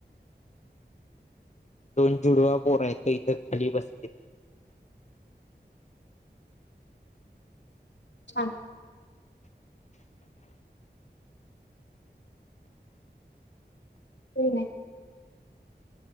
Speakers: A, on the left (about 40°); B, on the left (about 85°).
A: दोन जुडवा पोर येत इथं खाली बसले.
B: छान. हो नाही.